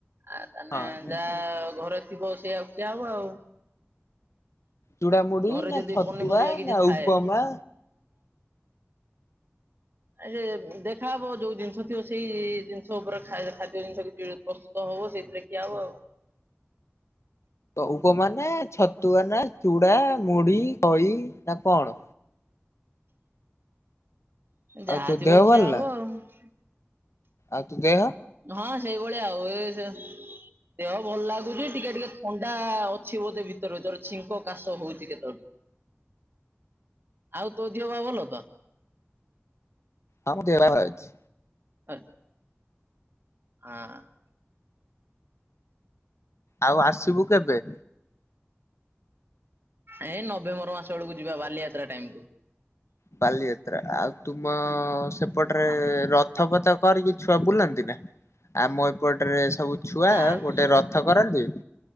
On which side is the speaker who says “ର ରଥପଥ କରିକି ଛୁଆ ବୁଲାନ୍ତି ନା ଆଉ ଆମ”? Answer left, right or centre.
Left